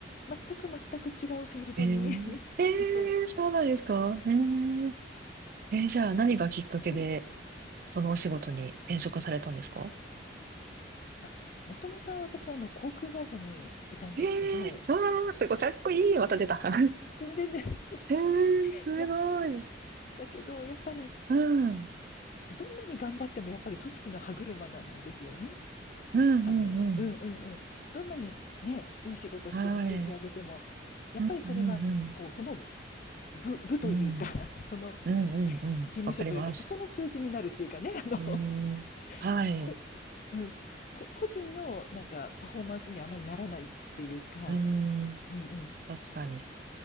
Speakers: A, on the left (about 45°); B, on the right (about 50°).
A: 全く全く違うフィールドに
B: えー、
A: <laughs>
B: えー、
A: いて。
B: そうなんですかえー、えーじゃあ何がきっかけで、
A: うんうん
B: そのお仕事に転職されたんですか
A: あ、もともとは私、あの、航空会社にいたんですけど、
B: えー、わー、すごい、かっこいい。また出た。<laughs>
A: 全然、<laughs>
B: えー、すごい。
A: いや、だけど、やっぱり、
B: うん、うん、
A: どんなに頑張ってもやっぱり組織の歯車なんですよね。
B: うん、
A: あの、
B: うん。
A: うんうんうん。どんなにね、いい仕事しても数字上げても、
B: はい。
A: やっぱりそれは、
B: うんうんうん。
A: こう、その部、部というか、
B: うん。
A: <laughs> その
B: うんうんうん。
A: 事務所というか、
B: わかります。
A: そこの数字になるっていうかね、あの、
B: うーん。はい。
A: <laughs> こ、
B: う
A: うん、こ、個人のなんかパフォーマンスにあまりならないっていうか、
B: ーん。
A: うんうん。
B: 確かに。